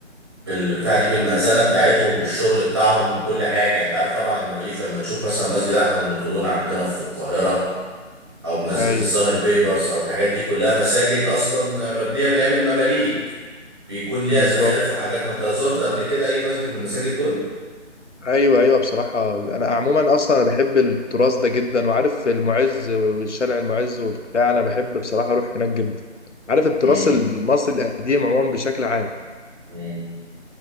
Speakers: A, on the right (about 20°); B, on the left (about 70°).
A: بال بتاع دي بالمأذنة بتاعتهم بالشغل بتاعهم بكل حاجة يعني انت عارف طبعا المماليك لما تشوف مثلا مسجد احمد بن طولون عندنا في القاهرة او مسجد
B: ايوه
A: الزهر بيبرس او الحاجات دي كلها مساجد اصلا مبنيه من ايام المماليك بيكون ليها
B: بالظبط
A: زخارف وحاجات ما انت زرت قبل كده اي مسجد من المساجد دول
B: ايوه ايوه بصراحه انا عموما اصلا انا بحب التراث ده جدا وعارف المعز والشارع المعز وبتاع انا بحب بصراحه اروح هناك جدا عارف التراث
A: امم
B: المصري القديم عموما بشكل عام
A: امم